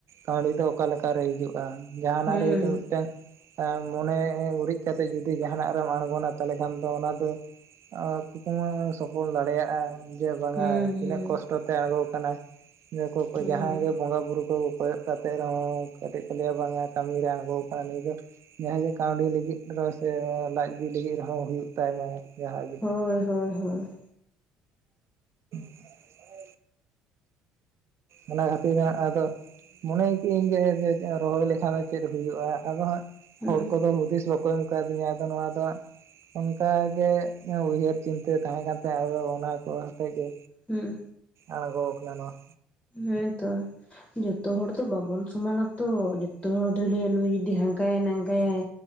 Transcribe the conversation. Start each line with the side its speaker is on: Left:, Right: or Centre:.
Right: ᱠᱟᱹᱣᱰᱤ ᱫᱚ ᱚᱠᱟ ᱞᱮᱠᱟᱨᱮ ᱦᱤᱡᱩᱜ ᱵᱟᱝ ᱡᱟᱦᱟᱱᱟᱜ
Left: ᱦᱩᱸ
Right: ᱨᱮᱜᱮ ᱛᱚ ᱢᱤᱫᱴᱮᱱ, ᱢᱚᱱᱮ ᱩᱨᱤᱡ ᱠᱟᱛᱮᱜ ᱡᱩᱚᱫᱤ ᱡᱟᱦᱟᱱᱟᱜ ᱨᱮᱢ ᱟᱬᱜᱚᱱᱟ ᱛᱟᱦᱚᱞᱮ ᱠᱷᱟᱱ ᱫᱚ ᱚᱱᱟ ᱫᱚ, ᱠᱩᱠᱢᱩ ᱥᱚᱯᱷᱚᱞ ᱫᱟᱲᱮᱭᱟᱜᱼᱟ ᱡᱮ ᱵᱟᱝᱟ,
Left: ᱦᱩᱸ ᱦᱩᱸ
Right: ᱚᱠᱛᱚ ᱛᱮ ᱟᱬᱜᱚ ᱟᱠᱟᱱᱟᱭ ᱞᱟᱹᱭ ᱟᱠᱚ
Left: ᱦᱩᱸ
Right: ᱡᱟᱦᱟᱸᱭ ᱜᱮ ᱵᱚᱸᱜᱟ ᱵᱩᱨᱩ ᱠᱚ, ᱠᱚᱭᱚᱜ ᱠᱟᱛᱮᱫ ᱨᱮᱦᱚᱸ ᱠᱟᱹᱴᱤᱡ ᱠᱚ ᱞᱟᱹᱭᱟ ᱵᱟᱝᱟ ᱠᱟᱹᱢᱤᱨᱮ ᱟᱬᱜᱚ ᱠᱟᱱᱟ ᱱᱩᱭ ᱫᱚ, ᱡᱟᱸᱦᱟ ᱜᱮ ᱠᱟᱹᱣᱰᱤ ᱞᱟᱹᱜᱤᱫ ᱨᱮᱦᱚᱸ ᱥᱮ ᱞᱟᱡ ᱵᱤ ᱞᱟᱹᱜᱤᱫ ᱨᱮᱦᱚᱸ ᱦᱩᱭᱩᱜ ᱛᱟᱭᱢᱟ ᱡᱟᱸᱦᱟ ᱜᱮ,
Left: ᱦᱳᱭ, ᱦᱳᱭ, ᱦᱳᱭ,
Right: <inaudible> ᱚᱱᱟ ᱦᱟᱹᱛᱤᱧᱟᱜ ᱟᱫᱚ, ᱢᱚᱱᱮᱭ ᱠᱤᱜᱼᱟᱹᱧ ᱡᱮ ᱡᱮ ᱨᱚᱦᱚᱭ ᱞᱮᱠᱷᱟᱱ ᱪᱮᱫ ᱦᱩᱭᱩᱜᱼᱟ, ᱟᱫᱚ ᱦᱟᱸᱜ
Left: ᱦᱩᱸ
Right: ᱦᱚᱲ ᱠᱚᱫᱚ ᱦᱩᱫᱤᱥ ᱵᱟᱠᱚ ᱮᱢ ᱠᱟᱣᱫᱤᱧᱟ ᱟᱫᱚ ᱱᱚᱣᱟ ᱫᱚ, ᱚᱱᱠᱟᱜᱮ ᱩᱭᱦᱟᱹᱨ ᱪᱤᱱᱛᱟᱹ ᱛᱟᱦᱮᱸ ᱠᱟᱱ ᱛᱟᱦᱮᱸ ᱟᱫᱚ ᱚᱱᱟ ᱠᱚ ᱦᱟᱛᱮᱜ ᱜᱮ,
Left: ᱦᱩᱸ
Right: ᱟᱲᱜᱳ ᱟᱠᱟᱱ ᱱᱚᱭᱟ,
Left: ᱦᱮᱸᱛᱚ, ᱡᱚᱛᱚ ᱦᱚᱲ ᱫᱚ ᱵᱟᱵᱚᱱ ᱥᱚᱢᱟᱱᱟᱛᱚ ᱡᱚᱛᱚ ᱦᱚᱲ ᱫᱚ ᱞᱟᱹᱭᱟᱭ ᱱᱩᱭ ᱡᱩᱫᱤ ᱦᱟᱝᱠᱟᱭᱟᱭ ᱱᱟᱝᱠᱟᱭᱟᱭ,